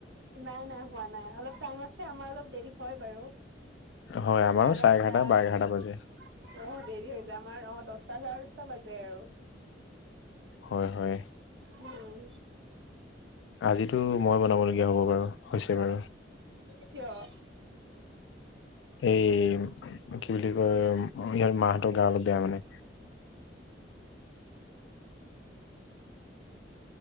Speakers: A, on the right; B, on the left.
A: নাই, নাই হোৱা নাই অলপ টাইম আছে আমাৰ অলপ দেৰি হয় বাৰু।
B: হয়, আমাৰো
A: চাৰে দস্তা
B: এঘাৰটা
A: আহ
B: বা এঘাৰটা বাজে।
A: দেৰি হৈ যায় আমাৰ অ, দছটা, চাৰে দটা বাজে আৰু।
B: হয়, হয়।
A: হম।
B: আজিতো মই বনাব লগগীয়া হ'ব বাৰু হৈছে বাৰু।
A: কিয়?
B: এই কি বুলি কয় ইহঁত মাহঁতৰ গা অলপ বেয়া মানে।